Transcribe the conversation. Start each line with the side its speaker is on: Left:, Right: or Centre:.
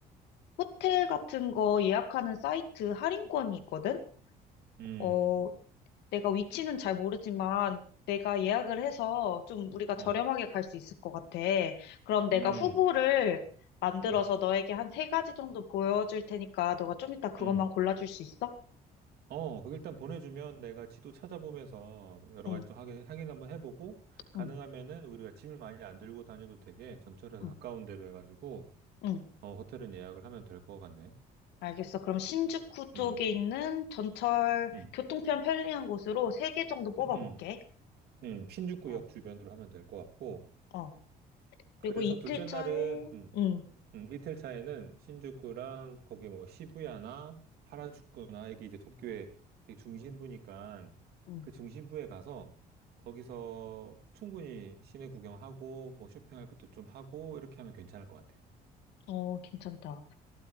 Left: 호텔 같은 거 예약하는 사이트 할인권이 있거든?
Right: 음,
Left: 어,
Right: 음.
Left: 내가 위치는 잘 모르지만 내가 예약을 해서 좀 우리가
Right: 어,
Left: 저렴하게 갈 수 있을 것 같아. 그럼 내가
Right: 음.
Left: 후보를 만들어서
Right: 음,
Left: 너에게 한 세 가지 정도 보여줄 테니까 너가 좀 이따 그것만
Right: 음.
Left: 골라줄 수 있어?
Right: 어, 그 일단 보내주면 내가 지도 찾아보면서 여러
Left: 응,
Right: 가지 좀 확인, 확인 한번 해보고, 가능하면은
Left: 응,
Right: 우리가 짐을 많이 안 들고 다녀도 되게 전철에서
Left: 응,
Right: 가까운 데로 해가지고,
Left: 응.
Right: 어, 호텔은 예약을 하면 될 것 같네.
Left: 알겠어. 그럼 신주쿠 쪽에
Right: 음,
Left: 있는 전철
Right: 음,
Left: 교통편 편리한 곳으로 세 개 정도 뽑아볼게.
Right: 음, 음, 음. 신주쿠역
Left: 어,
Right: 주변으로 하면 될 것 같고,
Left: 어.
Right: 그래서
Left: 그리고 이틀
Right: 둘째
Left: 차에,
Right: 날은, 음,
Left: 응,
Right: 음, 이틀 차에는 신주쿠랑 거기 뭐 시부야나 하라주쿠나 이게 이제 도쿄의 되게 중심부니까
Left: 응.
Right: 그 중심부에 가서 거기서 충분히 시내 구경하고 뭐 쇼핑할 것도 좀 하고 이렇게 하면 괜찮을 것 같아.
Left: 어, 괜찮다.